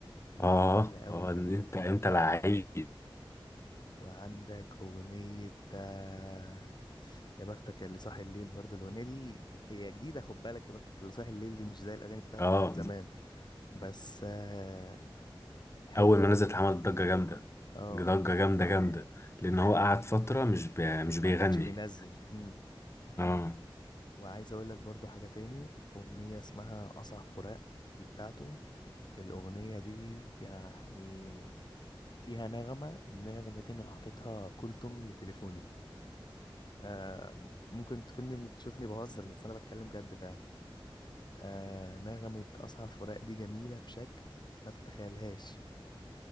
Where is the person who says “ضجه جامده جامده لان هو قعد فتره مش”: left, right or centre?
Left